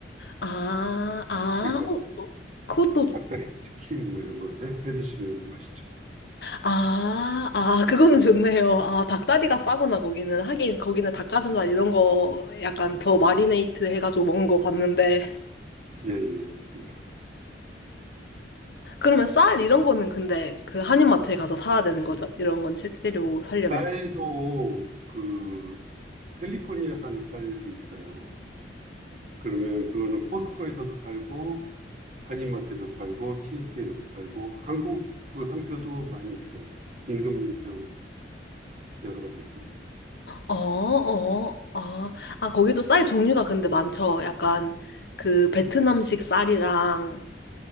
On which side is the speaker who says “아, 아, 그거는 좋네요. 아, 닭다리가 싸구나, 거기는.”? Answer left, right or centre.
Left